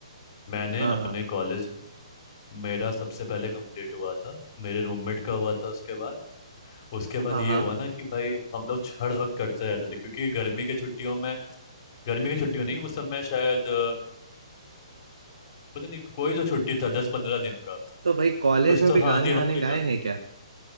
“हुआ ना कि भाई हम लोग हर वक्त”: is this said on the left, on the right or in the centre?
Left